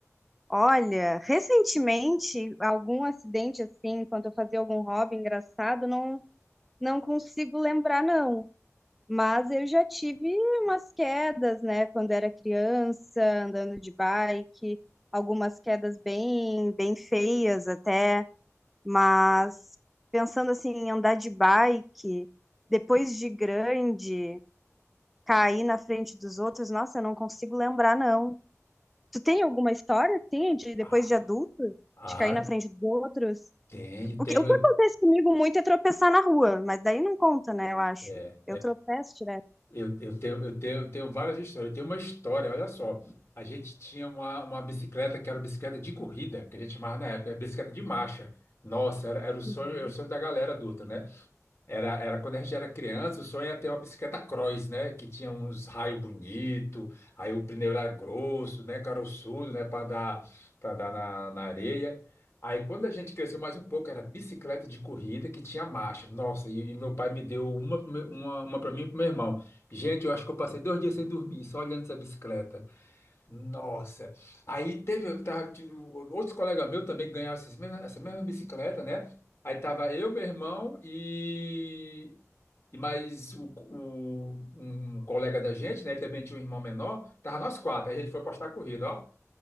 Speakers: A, in the centre; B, on the left.
A: Olha, recentemente, algum acidente assim, enquanto eu fazia algum hobby engraçado, não, não consigo lembrar, não. Mas eu já tive umas quedas, né, quando era criança, andando de bike, algumas quedas bem, bem feias até. Mas pensando assim, em andar de bike, depois de grande, cair na frente dos outros, nossa, eu não consigo lembrar, não. Tu tem alguma história, assim, de depois
B: Ah,
A: de adulto,
B: ah,
A: de cair na frente dos outros?
B: tenho,
A: O
B: tenho.
A: que, o que acontece comigo muito é tropeçar na rua, mas daí não conta, né, eu acho.
B: é.
A: Eu tropeço direto.
B: Eu, eu tenho, eu tenho, eu tenho várias histórias. Eu tenho uma história, olha só. A gente tinha uma, uma bicicleta que era bicicleta de corrida, que a gente chamava na época, era bicicleta de marcha. Nossa, era, era o sonho,
A: Uhum.
B: era o sonho da galera adulta, né? Era, era quando a gente era criança, o sonho era ter uma bicicleta cross, né? Que tinha uns raios bonitos, aí o pneu era grosso, né? Caroçudo, né? Para dar, para dar na, na areia. Aí quando a gente cresceu mais um pouco, era bicicleta de corrida que tinha marcha. Nossa, e, e meu pai me deu uma, pro meu- uma, uma para mim e para meu irmão. Gente, eu acho que eu passei dois dias sem dormir, só olhando essa bicicleta. Nossa. Aí teve, eu tava, tipo, outros colegas meus também ganharam essas mesmas- essa mesma bicicleta, né? Aí tava eu, meu irmão e, e mais o, o- um colega da gente, né? Ele Também tinha um irmão menor. Tava nós quatro. Aí a gente foi postar a corrida, ó.